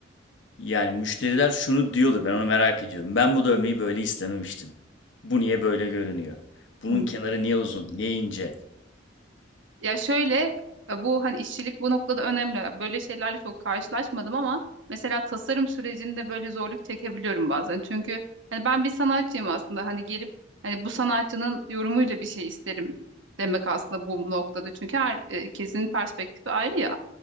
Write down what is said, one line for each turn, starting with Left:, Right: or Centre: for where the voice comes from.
Left: Yani müşteriler şunu diyordur ben onu merak ediyorum. Ben bu dövmeyi böyle istememiştim. Bu niye böyle görünüyor? Bunun
Right: Hı.
Left: kenarı niye uzun, niye ince?
Right: Ya şöyle e, bu hani işçilik bu noktada önemli. Böyle şeylerle çok karşılaşmadım ama mesela tasarım sürecinde böyle zorluk çekebiliyorum bazen. Çünkü hani ben bir sanatçıyım aslında. Hani gelip hani bu sanatçının yorumuyla bir şey isterim demek aslında bu noktada. Çünkü herkesin perspektifi ayrı ya